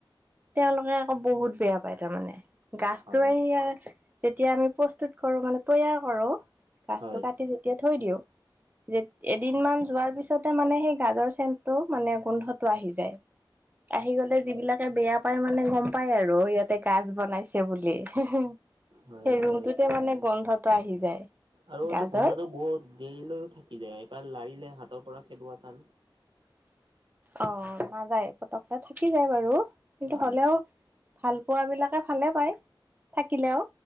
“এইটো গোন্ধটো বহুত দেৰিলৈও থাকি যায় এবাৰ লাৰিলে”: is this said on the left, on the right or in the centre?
Right